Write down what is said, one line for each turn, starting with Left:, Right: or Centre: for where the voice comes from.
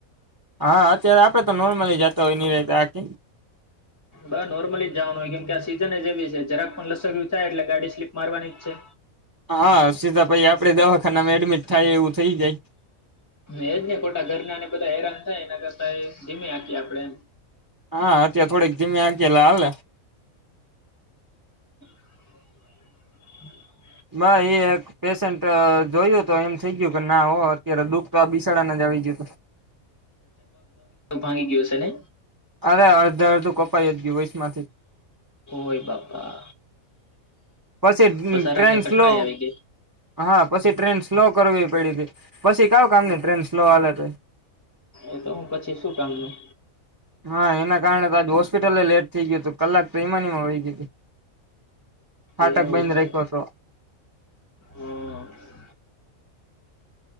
Right: હા અત્યારે આપડે તો નોર્મલી જતા હોયની ર આખી
Left: બ નોર્મલી જવાનું હોય કેમ કે આ સિઝન જ એવી છે જરાક પણ લસક થાય એટલે ગાડી સ્લીપ મારવાની જ છે
Right: હા સીતાભાઈ આપડે દવાખાનામાં એડમિટ થાય એવું થઇ જાય
Left: એજ ને ખોટા ઘરનાને બધા હેરાન થાય એ કરતા એ ધીમે આખીએ આપણે
Right: હા અત્યા થોડીક ધીમે આ ગયાલાાલ
Left: હ હમ
Right: બ એ એક પેેશન્ટ જોયું તો એમ થઇ ગયું કે ના હો અત્યારે દુઃખ તો આ બિસાડાને જ આવી જતો
Left: વાંગી ગ્યો છેને
Right: અરે અડધ અડધું કપાઈ જ ગયું વૈશ માંથી
Left: ઓય બાપા
Right: પછી
Left: બસારક
Right: ટ્રેન
Left: ને કઠણાઈ
Right: સ્લો
Left: આવી
Right: હા પછી ટ્રેન સ્લો લો કરવી પડી હતી પછી કાવ કામ નહી ટ્રેન નો હાલે તો
Left: એ તો હું પછી શું કામનું.
Right: હા એના કારણે તો આજ હોસ્પિટલ લેટ થઈ ગયું હતું કલાક તો ઈમા વહી ગઈ ફાટક
Left: એવું
Right: બંધ
Left: છે
Right: રાખ્યો હતો.
Left: હમ